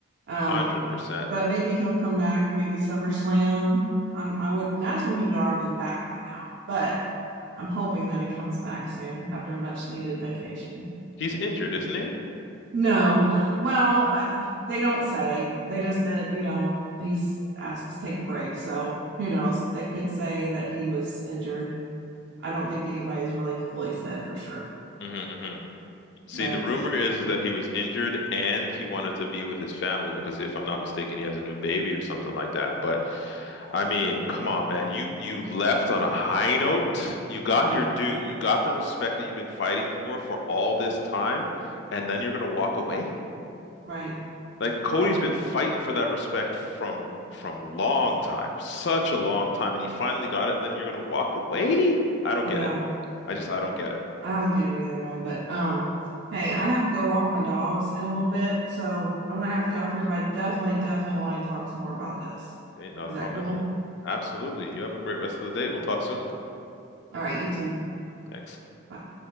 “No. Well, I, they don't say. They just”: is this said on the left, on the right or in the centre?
Right